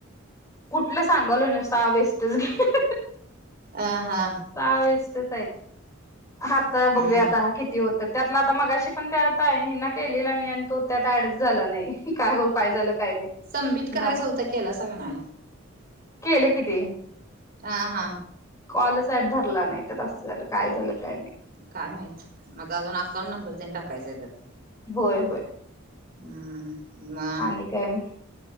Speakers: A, on the left; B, on the right.
A: कुठलं, सांगालोय नव्हं. सहा बेस्टच गे
B: अ हा.
A: सहा वेस्टच हाईत. आता
B: हम्म
A: बघूया आता. किती होतयं त्यातला आता मगाशी पण त्यात ताई हे ना केलेला मी आणि तो त्यात ऍडच झाला नाही. काय करू काय झालं काय नाही
B: संबित करायचा
A: नाही
B: होता केलासा का नाय
A: केलं किती
B: हा हा
A: कॉल साड धरला नाही तर तसं झालं काय झालं काही नाही
B: काय माहित माझा अजून अकाउंट नंबर तनी टाकायचा आहे त्यात
A: होय होय
B: हम्म म
A: आणिां कायम